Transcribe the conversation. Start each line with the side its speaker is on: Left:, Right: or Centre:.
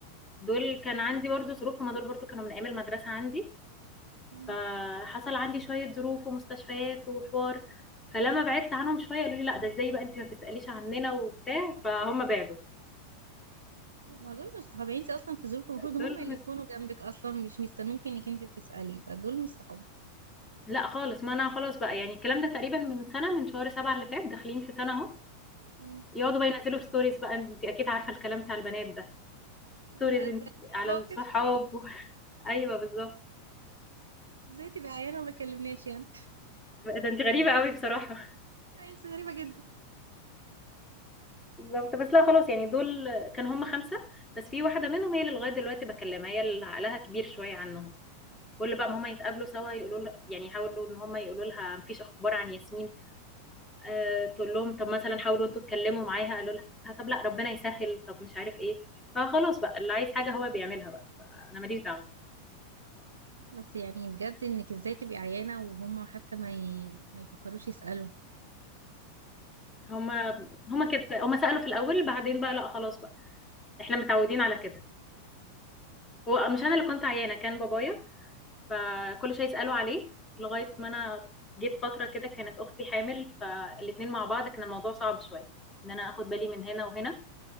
Left: دول كان عندي برضه ظروف هُم دول برضه كانوا من أيام المدرسة عندي،
Right: مم.
Left: فحصل عندي شوية ظروف ومستشفيات وحوار، فلمّا بعدت عنهم شوية قالوا لي: "لأ، ده إزاي بقى أنتِ ما بتسأليش عننا،" وبتاع، فهُم بعدوا.
Right: لا، ما دول مش صحاب يعني انتي اصلا في ظروف المفروض هم
Left: دول
Right: اللي
Left: مس
Right: يكونوا جنبك اصلا مش مستنوكي انك انتي تسألي فدول مش صحاب
Left: لأ خالص، ما أنا خلاص بقى يعني الكلام ده تقريبًا من سنة، من شهر 7 اللي فات، داخلين في سنة أهو،
Right: مم.
Left: يقعدوا بقى ينزّلوا stories بقى، أنتِ أكيد عارفة الكلام بتاع البنات ده،
Right: لا
Left: stories
Right: تلاقيها
Left: أنتِ على
Right: بقى
Left: الصحاب
Right: كده
Left: و <laughs> أيوه بالضبط،
Right: ازاي تبقي عيانة وما تكلمناش يعني
Left: ده أنتِ غريبة أوي بصراحة.
Right: يعني انتي غريبة جدا
Left: بالضبط، بس لأ خلاص يعني دول كانوا هُم 5 بس في واحدة منهم هي اللي لغاية دلوقتي باكلمها، هي اللي عقلها كبير شوية عنّهم. كل بقى ما هما يتقابلوا سوا يقولوا له يعني يحاولوا ان هما يقولوا لها مفيش اخبار عن ياسمين آه تقول لهم طب مثلا حاولوا انتوا تكلموا معاها قالوا لها طب لا ربنا يسهل طب مش عارف ايه فخلاص بقى اللي عايز حاجه هو بيعملها بقى فانا ماليش دعوه
Right: بس يعني بجد انك ازاي تبقي عيانة وهم حتى ما ي... ما يفكروش يسألوا
Left: هما هما كده هما سالوا في الاول بعدين بقى لا خلاص بقى احنا متعودين على كده هو مش انا اللي كنت عيانه كان بابايا فكل شويه يسالوا عليه لغايه ما انا جيت فتره كده كانت اختي حامل فالاتنين مع بعض كان الموضوع صعب شويه ان انا اخد بالي من هنا وهنا